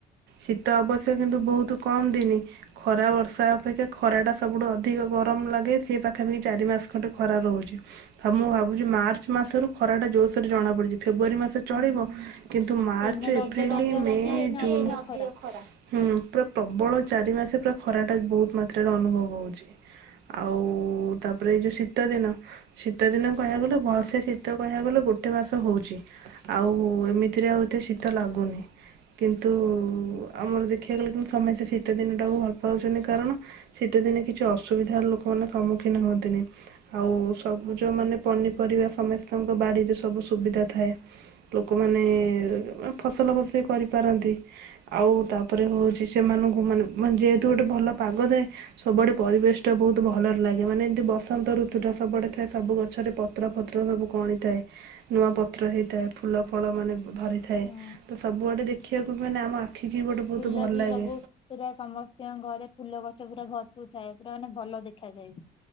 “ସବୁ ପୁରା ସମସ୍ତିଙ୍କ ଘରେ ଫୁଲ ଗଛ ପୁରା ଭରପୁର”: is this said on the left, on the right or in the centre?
Left